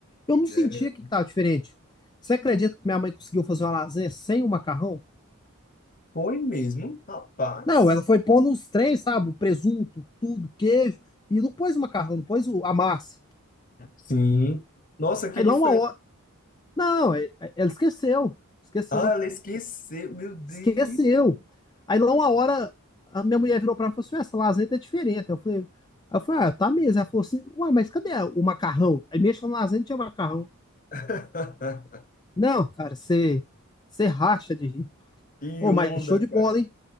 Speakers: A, on the left; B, on the left.
A: Eu não sentia
B: é,
A: que tava diferente. Você acredita que minha mãe conseguiu fazer uma lasanha sem o macarrão?
B: foi mesmo, rapaz.
A: Não, ela foi pondo os três, sabe? O presunto, tudo, queijo. E não pôs o macarrão, não pôs o- a massa.
B: Sim. Nossa, que
A: Aí
B: diferente.
A: lá uma hora. Não, é- é- ela esqueceu. Esqueceu.
B: Ah, ela esqueceu, meu Deus.
A: Esqueceu. Aí lá uma hora a minha mulher virou para mim e falou assim: essa lasanha tá diferente. Eu falei, aí eu falei, ah, tá mesmo. Ela falou assim, ué, mas cadê o macarrão? Aí mexeu na lasanha e tinha macarrão.
B: <laughs>
A: Não, cara, você você racha de rir.
B: Que
A: Ô,
B: onda,
A: mas show de
B: cara.
A: bola, hein?